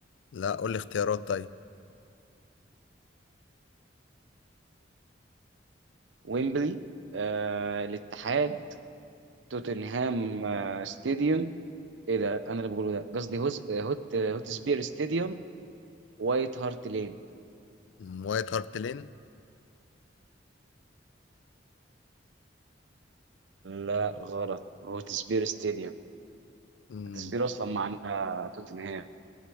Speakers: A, on the left; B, on the right.
A: لا قول لي اختيارات طيب
B: ويمبلي آه الاتحاد توتنهام آه ستاديوم ايه ده انا اللي بقوله ده قصدي هوز... هوت هوت سبير ستاديوم وايت هارت لين
A: مم، وايت هارت لين
B: لا غلط هوت سبير ستاديوم
A: مم،
B: هوت سبير اصلا معناها توتنهام